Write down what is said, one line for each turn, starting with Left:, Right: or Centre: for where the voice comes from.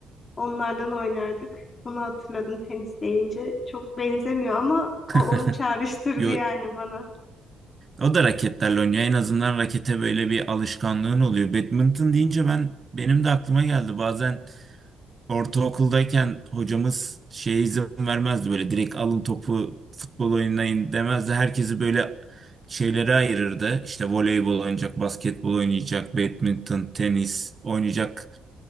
Left: Onlardan oynardık. Onu hatırladım tenis deyince. Çok benzemiyor ama
Right: <laughs>
Left: o onu çağrıştırdı
Right: Yo,
Left: yani bana.
Right: o da raketlerle oynuyor. En azından rakete böyle bir alışkanlığın oluyor. Badminton deyince ben benim de aklıma geldi. Bazen Ortaokuldayken hocamız şeye izin vermezdi böyle direkt alın topu futbol oynayın demezdi. Herkesi böyle şeylere ayırırdı. İşte voleybol oynayacak, basketbol oynayacak, badminton, tenis oynayacak